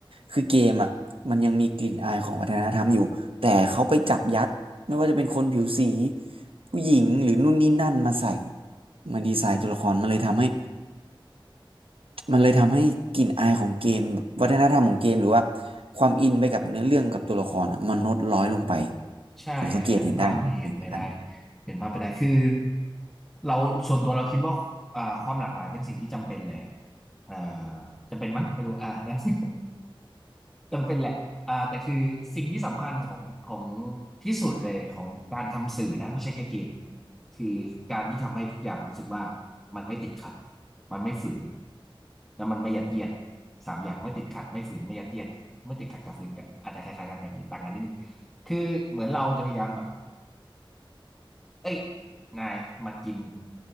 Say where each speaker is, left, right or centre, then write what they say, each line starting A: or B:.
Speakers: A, on the right; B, in the centre.
A: คือเกมอ่ะมันยังมีกลิ่นอายของวัฒนธรรมอยู่แต่เขาไปจับยัดไม่ว่าจะเป็นคนผิวสีผู้หญิงหรือนู่นนี่นั่นมาใส่มาดีไซน์ตัวละครมันเลยทำให้มันเลยทำให้กลิ่นอายของเกมวัฒนธรรมของเกมหรือว่าความอินไปกับเนื้อเรื่องกับตัวละครอ่ะมันลดน้อยลงไป
B: ใช่
A: ผมสังเกตเห็นได้เหมือนกัน
B: อันนั้นภาพนี้เห็นไม่ได้ เห็นภาพไปได้ คือเราส่วนตัวเราคิดว่าอ่าความหลากหลายเป็นสิ่งที่จำเป็นแหละอ่าจำเป็นมั้งไม่รู้อ่านะ <laughs> จำเป็นแหละอ่าแต่คือสิ่งที่สำคัญของของที่สุดเลยของการทำสื่อนะไม่ใช่แค่เกมคือการที่ทำให้ทุกอย่างรู้สึกว่ามันไม่ติดขัดมันไม่ฝืน แล้วมันไม่ยัดเยียดสามอย่างไม่ติดขัดไม่ฝืนไม่ยัดเยียดไม่ติดขัดกับฝืนก็อาจจะคล้ายๆกันหน่อยต่างกันนิดนึงคือเหมือนเราจะพยายามแบบเอ้ยนายมากิน